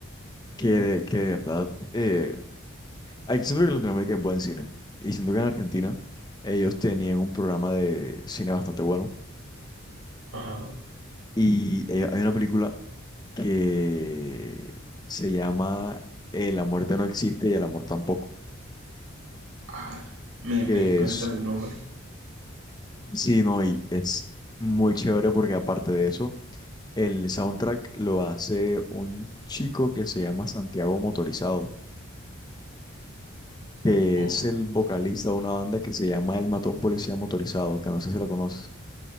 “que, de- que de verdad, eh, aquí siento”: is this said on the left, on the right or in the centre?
Left